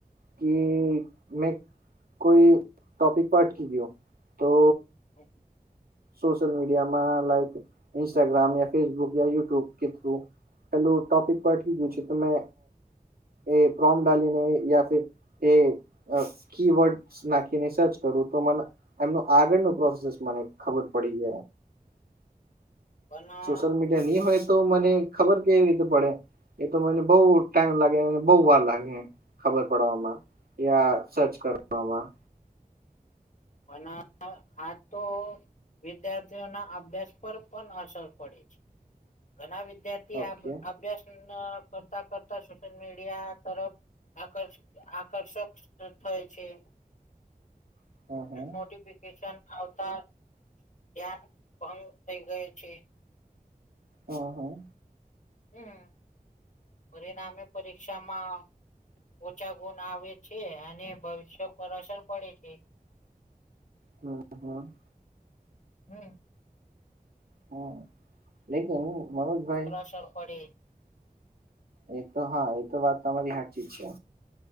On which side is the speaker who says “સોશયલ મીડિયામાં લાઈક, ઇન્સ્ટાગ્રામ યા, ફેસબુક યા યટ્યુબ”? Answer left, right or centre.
Right